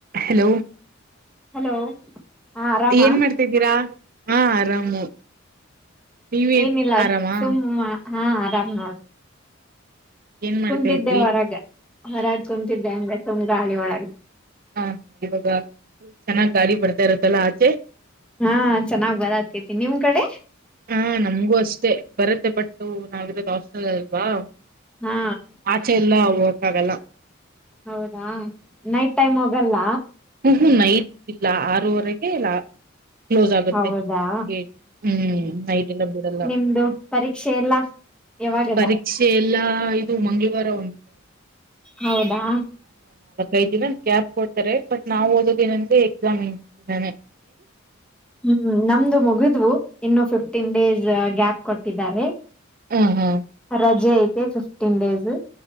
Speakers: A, on the right; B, in the centre.
A: Hello
B: hello ಹಾ ಆರಾಮ
A: ಏನ್ ಮಾಡ್ತಿದ್ದೀರಾ? ಹಾ ಆರಾಮು ನೀವೇನ್
B: ಏನಿಲ್ಲ
A: ಆರಾಮಾ
B: ಸುಮ್ಮ ಹಾ ಆರಾಮ್ ನೋಡ
A: ಏನ್ ಮಾಡ್ತಾ
B: ಕುಂತಿದ್ದೆ
A: ಇದ್ರಿ
B: ಹೊರಗ ಹೊರಾಗ್ ಕುಂತಿದ್ದೆ ಹಂಗ್ ತು ಮ್ ಗಾಳಿ ಒಳ <inaudible>
A: ಹ ಇವಾಗ ಚೆನ್ನಾಗ್ ಗಾಳಿ ಬರ್ತಾ ಇರತ್ತಲ್ಲಾ ಆಚೆ
B: ಹಾ ಚೆನ್ನಾಗ್ ಬರತಿತಿ ನಿಮ್ ಕಡೆ
A: ಹಾ ನಮ್ಗೂ ಅಷ್ಟೇ ಬರತ್ತೆ ಬಟ್ ನಾವಿರೋದು ಹಾಸ್ಟೆಲ್ ಅಲ್ವಾ
B: ಹಾ
A: ಆಚೆ ಎಲ್ಲ ಅವ್ ಅಗಲ್ಲಾ
B: ಹೌದಾ ನೈಟ್ ಟೈಮ್ ಹೋಗಲ್ಲ
A: ಹ ನೈಟ್ ಇಲ್ಲ ಆರೂವರೆಗೆ ಲ ಕ್ಲೋಸ್ ಆಗುತ್ತೆ
B: ಹೌದಾ
A: ಗೇಟ್ ಹ್ಮ್ ನೈಟ್ ಬಿಡಲ್ಲ
B: ನಿಮ್ದು ಪರೀಕ್ಷೆ ಎಲ್ಲಾ ಯಾವಾಗದ
A: ಪರೀಕ್ಷೆ ಎಲ್ಲಾ ಇದು ಮಂಗಳವಾರ <unintelligible>
B: ಹೌದಾ
A: ಐದು ದಿನ ಗ್ಯಾಪ್ ಕೊಡ್ತಾರೆ ಬಟ್ ನಾವ್ ಓದೋದೇ ಏನಂದೇ ಎಕ್ಸಾಮ್ ಇಂದಿನ ದಿನಾನೆ
B: ಹ್ಮ್ ನಮ್ದು ಮುಗಿದ್ವು ಇನ್ನು ಫಿಫ್ಟೀನ್ ಡೇಸ್ ಗ್ಯಾಪ್ ಕೊಟ್ಟಿದ್ದಾರೆ
A: ಹ ಹಾ
B: ರಜೇ <unintelligible> ಫಿಫ್ಟಿನ್ ಡೇಸ್